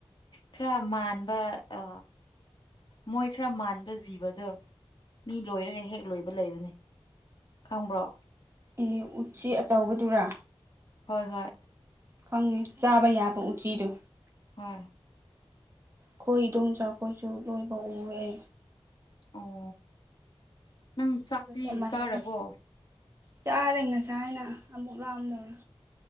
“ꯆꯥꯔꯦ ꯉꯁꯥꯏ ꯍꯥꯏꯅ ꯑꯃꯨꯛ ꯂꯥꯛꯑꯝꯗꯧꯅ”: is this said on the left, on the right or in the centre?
Right